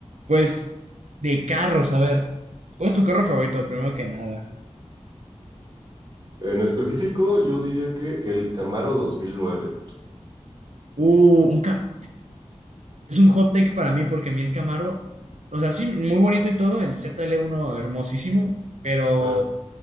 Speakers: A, on the right; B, on the right.
A: Pues de carros, a ver, ¿cuál es tu carro favorito? Primero que nada.
B: En específico, yo diría que el Camaro 2009.
A: Uh, un Cam- es un hot take para mí porque a mí el Camaro, o sea, sí, muy bonito y todo, el ZL1 hermosísimo, pero
B: Ajá.